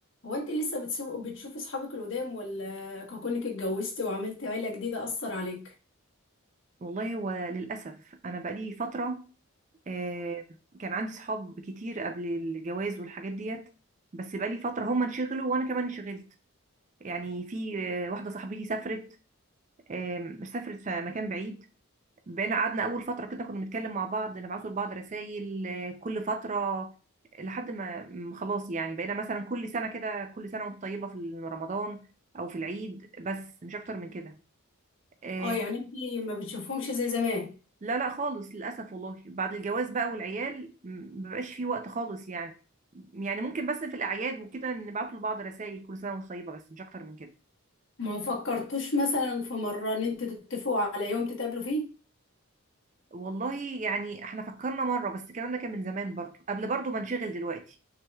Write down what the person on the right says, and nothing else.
والله هو للأسف أنا بقالي فترة آه، كان عندي صحاب كتير قبل الجواز والحاجات ديت بس بقالي فترة هم انشغلوا وأنا كمان انشغلت يعني في آه، واحدة صاحبتي سافرت آم، سافرت في مكان بعيد بقينا قعدنا أول فترة كده كنا بنتكلم مع بعض نبعتوا لبعض رسائل آه، كل فترة لحد ما م- خلاص يعني بقينا مثلا كل سنة كده كل سنة وانت طيبة في رمضان أو في العيد بس مش أكتر من كده آه،
لا لا خالص للأسف والله بعد الجواز بقى والعيال م- مبقاش فيه وقت خالص يعني يعني ممكن بس في الأعياد وكده نبعتوا لبعض رسائل كل سنة وانتم طيبة بس مش أكتر من كده
والله يعني احنا فكرنا مرة بس الكلام ده كان من زمان برضو قبل برضو ما نشغل دلوقتي